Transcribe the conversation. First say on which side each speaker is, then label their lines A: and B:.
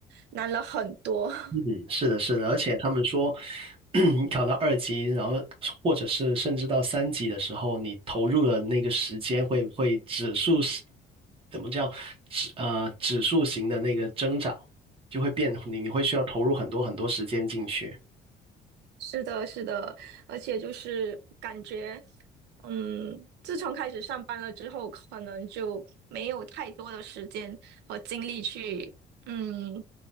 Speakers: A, on the right; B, on the right.
A: 难了很多。<laughs>
B: 嗯，是的，是的，而且他们说，<clears throat> 你考到二级，然后或者是甚至到三级的时候，你投入的那个时间会会指数是怎么叫指呃指数型的那个增长，就会变你你会需要投入很多很多时间进去
A: 是的，是的，而且就是感觉，嗯，自从开始上班了之后，可能就没有太多的时间和精力去，嗯，